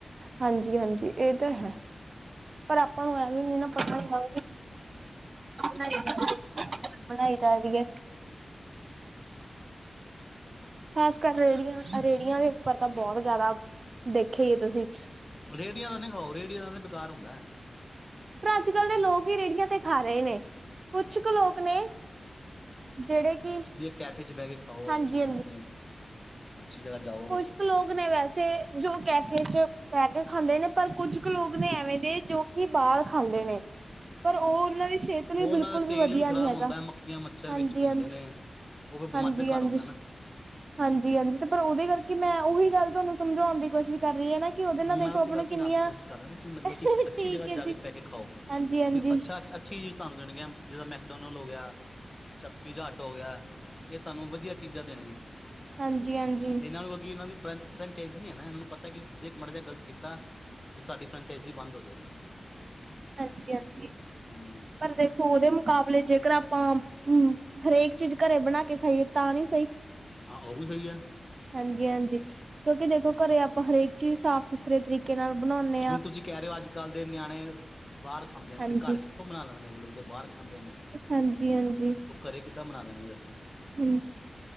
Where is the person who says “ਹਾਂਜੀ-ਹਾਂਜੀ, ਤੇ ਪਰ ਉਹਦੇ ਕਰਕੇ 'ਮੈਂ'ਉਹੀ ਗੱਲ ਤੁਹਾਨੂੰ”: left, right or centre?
Right